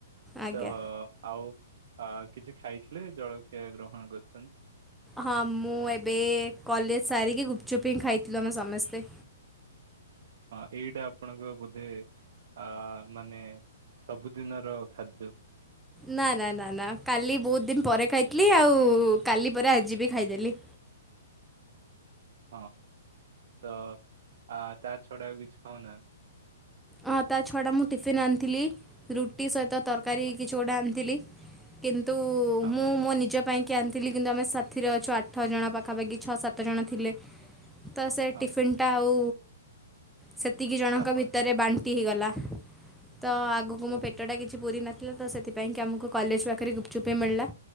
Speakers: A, in the centre; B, on the right (about 55°).
A: ଆଜ୍ଞା
B: ତ ଆଉ ଆ କିଛି ଖାଇଥିଲେ ଜଳଖିଆ ଗ୍ରହଣ କରୁଛନ୍ତି।
A: ହଁ ମୁଁ ଏବେ କଲେଜ ସାରିକି ଗୁପଚୁପ୍ ହିଁ ଖାଇଥିଲୁ ଆମେ ସମସ୍ତେ।
B: ହଁ ଏଇଟା ଆପଣଙ୍କ ବୋଧେ ଆ ମାନେ ସବୁଦିନର ଖାଦ୍ୟ।
A: ନା ନା ନା ନା କାଲି ବହୁତ ଦିନ ପରେ ଖାଇଥିଲି ଆଉ କାଲି ପରେ ଆଜି ବି ଖାଇଦେଲି।
B: ହଁ ତ ଆ ତା ଛଡା ବିଛି ଖାଉନା।
A: ହଁ ତା ଛୁଆଟା ମୁଁ ଟିଫିନ୍ ଆଣିଥିଲି ରୁଟି ସହିତ ତରକାରୀ
B: ହଁ
A: କିଛି ଗୋଟେ ଆଣିଥିଲି। କିନ୍ତୁ
B: ହଁ
A: ମୁଁ ମୋ ନିଜ ପାଇଁ କି ଆଣିଥିଲି କିନ୍ତୁ ଆମେ ସାଥିରେ ଅଛୁ ଆଠ ଜଣ ପାଖାପାଖି ଛଅ ସାତ ଜଣ ଥିଲେ। ତ ସେ
B: ହଁ
A: ଟିଫିନ୍ଟା ଆଉ ସେତିକି ଜଣଙ୍କ
B: ଆପଣ
A: ଭିତରେ
B: ଖାଇପାର
A: ବାଣ୍ ଟି ହେଇଗଲା ତ ଆଗକୁ
B: ଓ
A: ମୋ ପେଟ ଟା କିଛି ପୁରି ନ ଥିଲା ତ ସେଥିପାଇଁକି ଆମକୁ କଲେଜ ପାଖରେ ଗୁପଚୁପି ମିଳିଲା